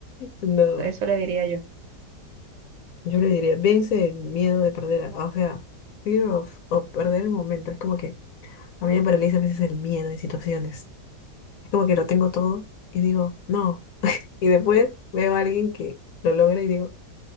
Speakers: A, on the left (about 70°); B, on the right (about 85°).
A: No.
B: Eso le diría yo.
A: Yo le diría, vence el miedo de perder, a- o sea, fear of, of perder el momento. Es como que a mí me paraliza a veces el miedo en situaciones. Es como que lo tengo todo y digo, no. Y después veo a alguien que lo logra y digo,